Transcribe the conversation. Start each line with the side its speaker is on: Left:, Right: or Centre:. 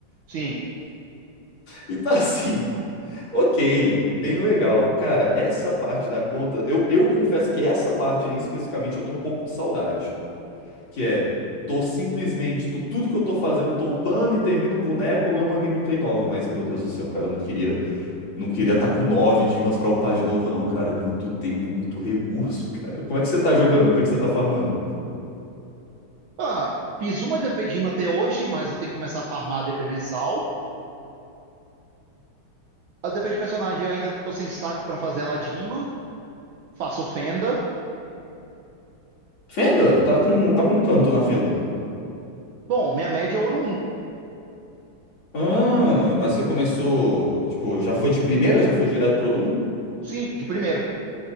Right: Sim.
Left: E tá assim. Ok, bem legal. Cara, essa parte da conta, eu, eu confesso que essa parte aí especificamente eu tenho um pouco de saudade. Que é, tô simplesmente, tô- tudo que eu tô fazendo, tô upando e termino um boneco, eu ganho uma gameplay nova. Mas, meu Deus do céu, cara, eu não queria, não queria tá com 9 dimas pra upar de novo, não, cara. É muito tempo, muito recurso, cara. Como é que você tá jogando? O que é que você tá farmando?
Right: Ah, fiz uma D P de DP até hoje, mas eu tenho que começar a farmar a DP mensal. A DP de personagem eu ainda tô sem saco pra fazer ela de ima. Faço Fenda.
Left: Fenda? Tá com, tá com canto na Fenda.
Right: Bom, minha média é ouro um.
Left: Ah, mas você começou, tipo, já foi de primeira, já foi direto pro
Right: Sim, de primeira.